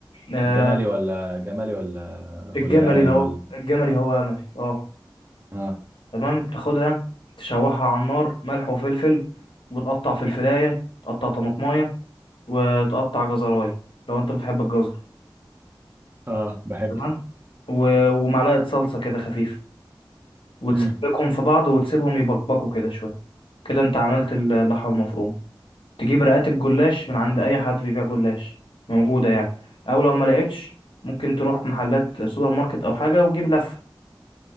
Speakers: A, on the left; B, on the right.
A: آه
B: جملي ولا جملي ولا
A: الجملي
B: ولا املي
A: هو
B: ولا
A: الجملي هو أملي اه
B: اه
A: تمام تاخدها تشوحها على النار ملح وفلفل وتقطع فلفلاية تقطع طماطماية وتقطع جزراية لو انت بتحب الجزر
B: اه بحبه
A: تمام و... ومعلقة صلصة كده خفيفة وتسبكهم
B: امم
A: في بعض وتسيبهم يبقبقوا كده شوية كده انت عملت اللحمة المفرومة تجيب رقات الجلاش من عند اي حد بيبيع جلاش موجودة يعني او لو ما لقيتش ممكن تروح محلات سوبر ماركت او حاجة وتجيب لفة